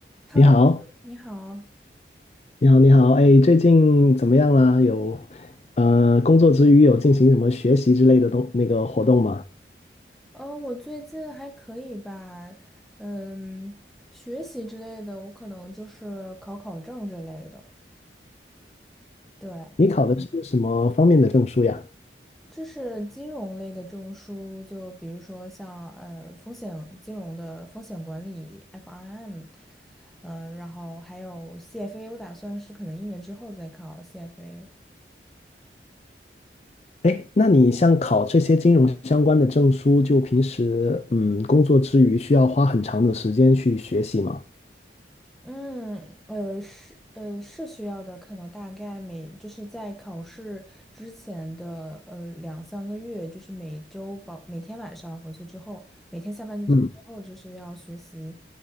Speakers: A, in the centre; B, on the left.
A: Hello，
B: 你好，
A: 你好。
B: 你好，你好，哎，最近怎么样啦？有，呃，工作之余有进行什么学习之类的东那个活动吗？
A: 呃，我最近还可以吧，嗯，学习之类的，我可能就是考考证之类的。对，
B: 你考的是什么方面的证书呀？
A: 这是金融类的证书，就比如说像呃风险金融的风险管理 （FRM），嗯、然后还有 CFA，我打算是可能一年之后再考 CFA。
B: 哎，那你像考这些金融相关的证书，就平时嗯工作之余需要花很长的时间去学习吗？
A: 嗯，呃，是，呃，是需要的，可能大概每就是在考试之前的呃两三个月，就是每周保每天晚上回去之后，每天下班之后就是要学习，
B: 嗯，